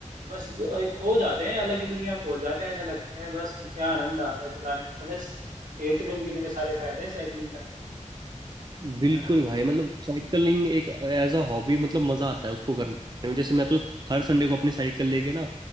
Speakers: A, on the right (about 85°); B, on the right (about 35°).
A: बस द- खो जाते हैं अलग ही दुनिया में पहुंच जाते हैं ऐसा लगता है बस क्या आनंद आता है चलाने में प्लस सेहत में भी कितने सारे फायदे हैं साइकिलिंग करने के
B: बिल्कुल
A: है ना
B: भाई मतलब साइकिलिंग एक एज अ हॉबी मतलब मजा आता है उसको करने में जैसे मैं तो हर संडे को अपनी साइकिल लेके ना